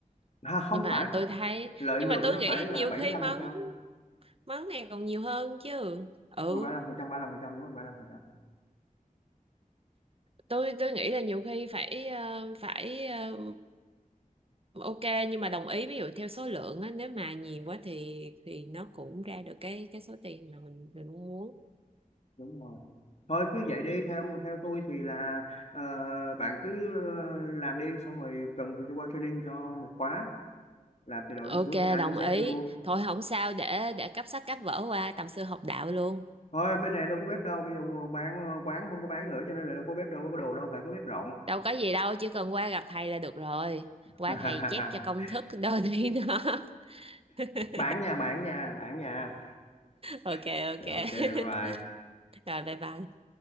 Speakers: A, on the left; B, on the right.
A: À, không
B: Nhưng mà
A: phải
B: tôi thấy
A: lợi
B: nhưng
A: nhuận
B: mà tôi
A: nó
B: nghĩ
A: phải là
B: nhiều
A: bảy
B: khi
A: mươi
B: món
A: mươi
B: món này còn nhiều hơn chứ. Ừ,
A: mươi lăm lăm phần phần trăm trăm ba ba lăm phần trăm đúng rồi ba mươi lăm phần trăm
B: tôi tôi nghĩ là nhiều khi phải ờ, phải ờ, Ok nhưng mà đồng ý ví dụ theo số lượng á nếu mà nhiều quá thì thì nó cũng ra được cái cái số tiền mà mình mình mong muốn.
A: đúng rồi thôi cứ vậy đi theo theo tôi thì là ờ, bạn cứ ờ, làm đi xong rồi cần thì tôi qua training cho một khóa làm từ đầu
B: Ok
A: đến cuối từ A
B: đồng
A: đến Z
B: ý.
A: luôn
B: Thôi không sao để để cấp sách cấp vở qua tầm sư học đạo luôn.
A: thôi bên này đâu có bếp đâu bây giờ bán ờ, quán không có bán nữa cho nên là đâu có bếp đâu có đồ đâu phải có bếp rộng
B: Đâu có gì đâu chỉ cần qua gặp thầy là được rồi.
A: <laughs>
B: Qua thầy chép cho công thức <laughs> đôi này đó. <laughs>
A: bạn nhà bạn nhà bạn nhà
B: Ok
A: <laughs>
B: ok.
A: ok bye bye
B: Rồi bye bye.